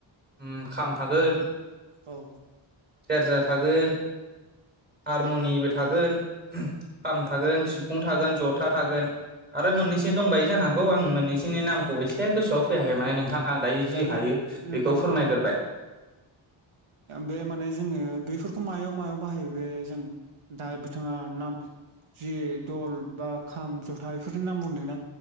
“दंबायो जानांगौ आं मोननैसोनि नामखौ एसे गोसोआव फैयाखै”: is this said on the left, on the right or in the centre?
Right